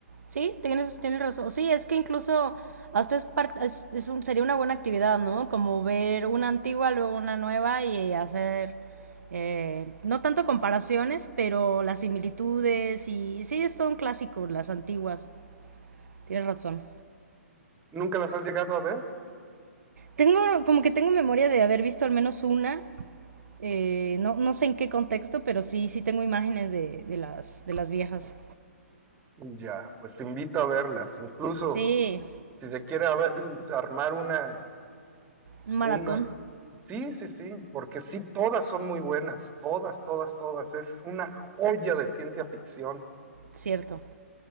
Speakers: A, on the right; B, on the right.
A: Sí, tienes, tienes razón. Sí, es que incluso hasta es, par- es, es un- sería una buena actividad, ¿no? Como ver una antigua, luego una nueva y hacer, eh, no tanto comparaciones, pero las similitudes y sí, es todo un clásico, las antiguas. Tienes razón.
B: ¿Nunca las has llegado a ver?
A: Tengo, como que tengo memoria de haber visto al menos una, Eh, no, no sé en qué contexto, pero sí, sí tengo imágenes de, de las, de las viejas.
B: Ya, pues te invito a verlas, incluso
A: Sí,
B: si se quiere a ver- mm, armar una
A: un maratón,
B: Una, sí, sí, sí, porque sí, todas son muy buenas, todas, todas, todas. Es una joya de ciencia ficción.
A: cierto.